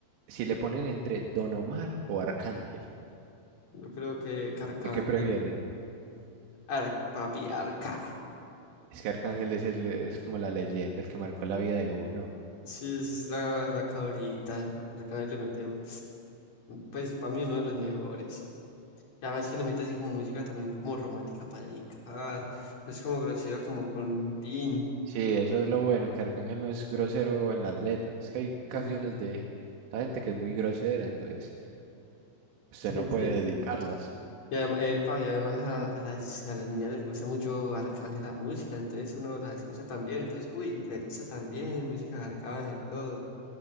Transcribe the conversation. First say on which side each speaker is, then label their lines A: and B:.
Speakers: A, on the right; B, on the left.
A: si le ponen entre Don Omar o Arcángel,
B: Yo creo que Carcabandel.
A: ¿de qué prefiere?
B: Ar, papi, Arca.
A: Es que Arcángel es, el, es como la leyenda, el que marcó la vida de uno.
B: Sí, esa es la, la cabrita. Arcángel le mete, un- pues para mí uno de los mejores. Y además que le mete así como música también como romántica para dedicar. No es como grosero como con Tin.
A: Sí, eso es lo bueno, que Arcángel no es grosero en las letras, es que hay canciones
B: Mm,
A: de la gente que es muy grosera, entonces usted
B: Sí,
A: no
B: sí.
A: puede dedicarlas.
B: Y adem- epa, y además, a, a las, a las niñas les gusta mucho Arcángel la música, entonces uno la escucha también. Entonces, uy, le gusta también música de Arcángel, todo.